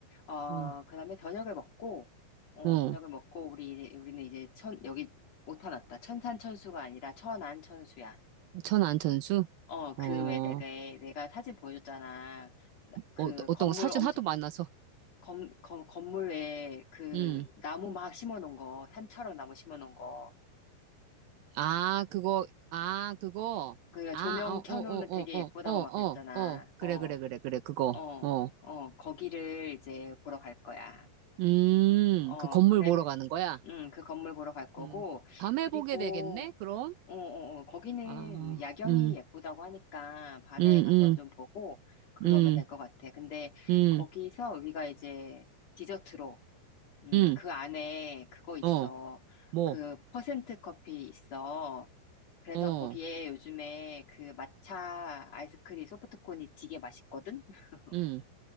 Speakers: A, on the left; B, on the right.
A: 어,
B: 응
A: 그 다음에 저녁을 먹고, 어,
B: 어,
A: 저녁을 먹고, 우리, 이제- 우리는 이제 천, 여기 오타났다. 천산천수가 아니라 천안천수야.
B: 천안 천수?
A: 어, 그
B: 어, 어,
A: 왜 내가, 내가 사진 보여줬잖아. 나- 그
B: 어, 어떤
A: 건물
B: 거 사진
A: 엄청,
B: 하도 많아서.
A: 건, 건, 건물 에그
B: 응
A: 나무 막 심어 놓은 거, 산처럼 나무 심어 놓은 거.
B: 아, 그거, 아, 그거,
A: 그러니까
B: 아,
A: 조명
B: 어,
A: 켜놓으면
B: 어, 어,
A: 되게
B: 어,
A: 예쁘다고
B: 어, 어,
A: 막 그랬잖아.
B: 어, 어, 그래,
A: 어,
B: 그래, 그래, 그래, 그거,
A: 어,
B: 어,
A: 어, 거기를 이제 보러 갈 거야.
B: 음,
A: 어,
B: 그 건물
A: 그래.
B: 보러 가는 거야?
A: 응, 그 건물 보러 갈 거고,
B: 음, 밤에
A: 그리고,
B: 보게 되겠네, 그럼?
A: 어, 어, 어. 거기는
B: 아,
A: 야경이
B: 음,
A: 예쁘다고 하니까 밤에
B: 음,
A: 가서 좀
B: 음,
A: 보고 그러면
B: 음,
A: 될 것 같아. 근데
B: 음,
A: 거기서 우리가 이제 디저트로, 음,
B: 음,
A: 그 안에 그거 있어.
B: 어, 뭐,
A: 그 퍼센트 커피 있어. 그래서
B: 어,
A: 거기에 요즘에 그 마차 아이스크림 소프트콘이 되게 맛있거든? <laughs>
B: 음,